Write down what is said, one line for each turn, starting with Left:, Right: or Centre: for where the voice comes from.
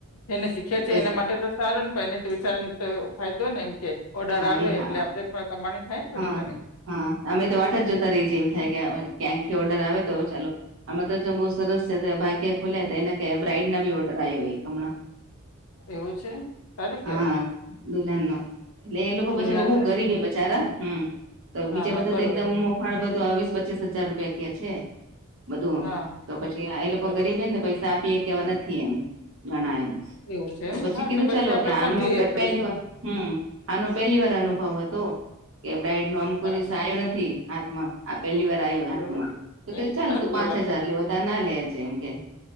Left: જેને શીખે છે
Right: પૈસા
Left: એના માટે તો સારું ને પણ એને વિચારને તો ફાયદો ને એમ કે ઓર્ડર
Right: હા
Left: આવે
Right: એ હા
Left: એટલે આપે પણ કમાણી થાય થોડી
Right: હા
Left: ઘણી
Right: હા અમે તો વાટ જ જોતા રહી જાયે એમ થાય કે ક્યાંક થી ઓર્ડર આવે તો ચાલો આમાં તો જો બઉુ સરસ છે ભાગ્યા ખુલ્યા હતા એને ક બ્રાઇડ ના બી ઓર્ડર આવ્યો હમણાં
Left: એવું છે સારું કહેવાય
Right: હા દુલહન નો એટલે એ લોકો બચે
Left: દુલ્હન
Right: બહુ ગરીબ બચારા
Left: હા
Right: હમ તો
Left: હા
Right: બીજા
Left: હા
Right: બધા
Left: બરોબર
Right: તો એકદમ પણ બઘો વીસ આ પંચીસ હજાર રૂપિયા ક છે બધું
Left: હા
Right: તો પછી એ લોકો
Left: બરો
Right: ગરીબેને પૈસા આપીએ કેવા નથી એમ ઘણા એમ
Left: એવું છે
Right: તો
Left: એમ
Right: પછી
Left: હા
Right: કીધું ચાલો
Left: આપડે
Right: કે આનો
Left: સમજીએ
Right: પ
Left: થોડુંક
Right: પહેલી વાર હમ આનો પહેલી વાર અનુભવ
Left: હમ
Right: હતો કે બ્રાઈડ નો આમ
Left: અચ્છા
Right: કોઈ દિવસ આયો નથી હાથમાં આ પેલી
Left: એવું
Right: વાર આયો હાથમાં
Left: એવું
Right: તો કે
Left: એ
Right: કિધુ તો ચાલ
Left: સારું
Right: તું
Left: કેવાય
Right: પાંચ હજાર લે બધા ના લેજે એમ કે.